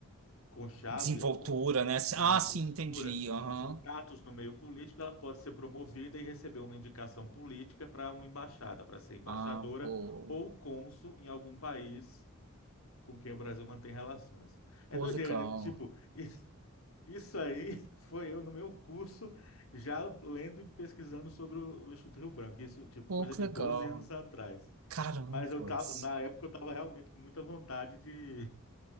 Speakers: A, on the left; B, on the right.
A: conchave,
B: Desenvoltura,
A: con-
B: né?
A: desenvoltura,
B: Ah, sim, entendi. Aham.
A: contatos no meio político, ela pode ser promovida e receber uma indicação política para uma embaixada, para ser embaixadora
B: Ah, pô.
A: ou cônsul em algum país com quem o Brasil mantém relações. É
B: Pô,
A: doideira,
B: legal.
A: né? Tipo, <laughs> isso isso aí <laughs> foi eu no meu curso, já lendo e pesquisando sobre o o Instituto Rio Branco, isso, tipo,
B: Pô,
A: coisa
B: que
A: de
B: legal.
A: 12 anos atrás.
B: Carambas.
A: Mas eu tava, na época eu estava realmente com muita vontade de,